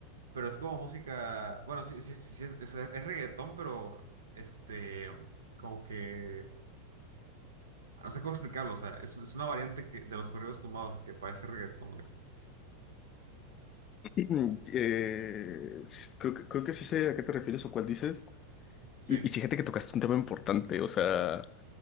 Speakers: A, on the right (about 70°); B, on the left (about 35°).
A: pero es como música, bueno, sí, sí, sí, sí, es, es, es reggaetón, pero este, como que, no sé cómo explicarlo, o sea, es, es una variante que, de los corridos tomados que parece reggaetón, güey.
B: Mm, <clears throat> Eh, s- creo que, creo que sí sé a qué te refieres o cuál dices.
A: Sí,
B: Y, y fíjate que tocaste un tema importante. O sea,